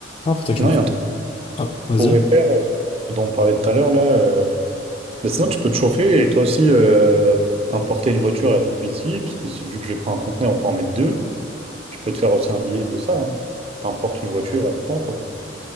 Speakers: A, on the left; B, on the right.
A: Ah, faudrait que je
B: Non,
A: me...
B: il y a un truc
A: Ah, vas-y.
B: qu'on pourrait faire dont on parlait tout à l'heure là. euh, bah, sinon, tu peux te chauffer et toi aussi euh, importer une voiture là depuis ici, parce que c'est- vu que je vais prendre un conteneur, on peut en mettre deux. Tu peux te faire aussi un billet de ça. Hein. T'importes une voiture avec moi, quoi.